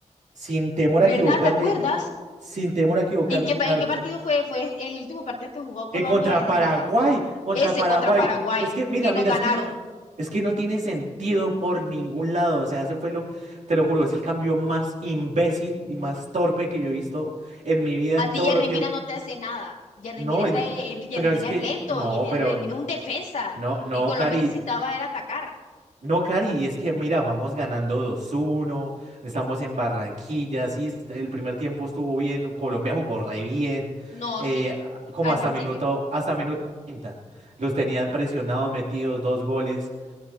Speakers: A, on the right (about 70°); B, on the left (about 85°).
A: sin temor
B: ¿Verdad?
A: a equivocarme,
B: ¿Te acuerdas?
A: sin temor a equivocar,
B: ¿En qué, pa-
A: a-
B: en qué partido fue? Fue el último partido que jugó Colombia
A: eh, contra
B: de las,
A: Paraguay, contra
B: Ese
A: Paraguay.
B: contra Paraguay,
A: Es que, mira,
B: que
A: mira,
B: nos ganaron.
A: es que no, es que no tiene sentido por ningún lado. O sea, ese fue lo, te lo juro, es el cambio más imbécil y más torpe que yo he visto en mi vida
B: A
A: en
B: ti
A: todo,
B: Jerry
A: lo
B: Mina no te hace nada. Jerry
A: No,
B: Mina, está,
A: y no-
B: Jerry
A: pero
B: Mina
A: es que,
B: es lento,
A: no,
B: Jerry
A: pero,
B: Mina es un defensa.
A: no, no,
B: Y Colombia
A: Cari,
B: necesitaba era atacar.
A: no, Cari, y es que, mira, vamos ganando dos uno, estamos en Barranquilla, sí, est- el primer tiempo estuvo bien, Colombia jugó re bien,
B: No,
A: eh,
B: sí,
A: a- como
B: al
A: hasta
B: principio.
A: minuto, hasta minuto 30 los tenían presionados, metidos dos goles,